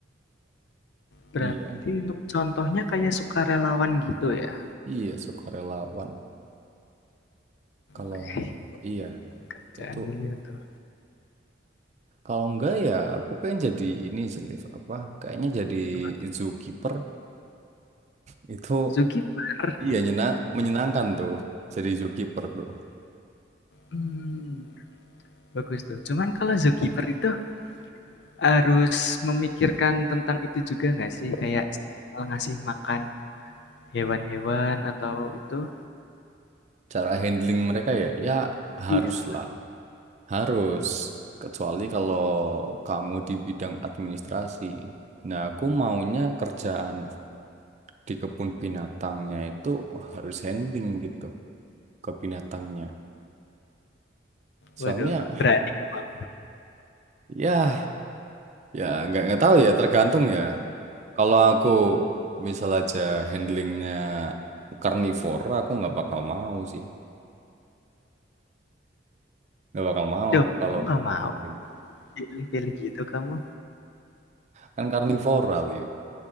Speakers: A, on the left (about 60°); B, on the right (about 35°).
A: Berarti
B: Iya,
A: untuk contohnya kayak sukarelawan gitu ya.
B: iya sukarelawan. Kalau
A: Weh,
B: iya
A: kerjaan
B: itu
A: mulia tuh.
B: kalau enggak ya aku pengen jadi ini sih Liv apa kayaknya jadi
A: Coba tuh.
B: zookeeper itu
A: Zookeeper.
B: iya nyena menyenangkan tuh jadi zookeeper tuh.
A: Hmm, bagus tuh. Cuman kalau zookeeper itu harus memikirkan tentang itu juga nggak sih? Kayak ngasih makan Hewan-hewan atau itu?
B: Cara handling mereka ya ya harus
A: Iya.
B: lah Harus, kecuali kalau kamu di bidang administrasi. Nah, aku maunya kerjaan di kebun binatangnya itu harus handling gitu ke binatangnya. Soalnya
A: Waduh, berani emang.
B: ya ya nggak nggak tahu ya tergantung ya. Kalau aku misal aja handlingnya karnivora, aku nggak bakal mau sih. Nggak bakal mau
A: Duh,
B: aku kalau
A: kok nggak mau
B: handling
A: pilih-pilih gitu kamu?
B: kan karnivora, Liu.